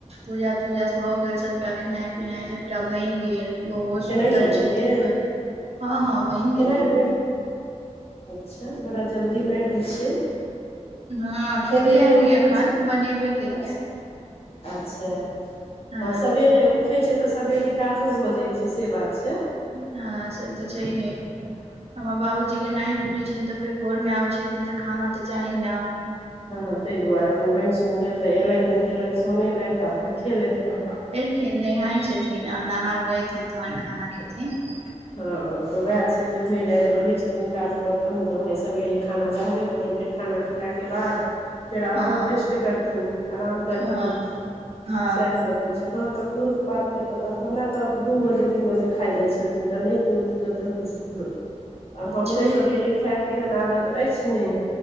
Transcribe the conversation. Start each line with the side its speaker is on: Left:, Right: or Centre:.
Right: पूजा तूजास भ भऽ गेल। सभटा खेनाइ पिनाइ सभटा बनि गेल। बौउओसुतल
Left: खेनाइयो बनि
Right: छै। त
Left: गेल
Right: अखन हँ हँ बहिन
Left: खेनाइ
Right: गेलखिन
Left: बनि
Right: हे।
Left: अच्छा बड़ा जल्दी मारि दै छियै।
Right: हँ
Left: सबेरे
Right: खेलियै
Left: उठि
Right: नहि एखन
Left: कऽ
Right: बनेबे केलियै
Left: अच्छा अच्छा।
Right: हँ
Left: तऽ सवेरे उठे छैतऽ सवेरे काजो भ जाइत छै ठिके बात छै।
Right: हँ से तऽ सही हय हमर बाबूजी के न ड्यूटी छैन। तऽ फेर घोर मे आबे छथिन तऽ खाना तऽ चाही ने।
Left: हँ ताहि दुआरे अपन बनि सुनि गेल। तऽ एलथि नहेलथि सोनेलथि आ फेर खेलथि
Right: नहााय छथिन आओर नहा गेक एथिनतहन खाना खेथिनह‌थिन
Left: हँ तऽ उएह छै। जे भरि राति रहै छथिन। काज पर तहन तऽ भाय सबेरे खाना चाहबे करी फेर खाना ख खेलाके बाद फेर आराम
Right: हँ
Left: रेस्ट करथिन आराम करथिन।
Right: हँ हँ
Left: सएह सब होइ छै। हँ तऽ पुरुखपातर छतथिनह महिला तऽ दू बजे तीन बजे खाइ जाइ छथिन। तऽ नहि कोनो दिक्कत रहै छै। हन आ हमरो
Right: छै
Left: सबेरे खायके एहन आदत अछि। नहि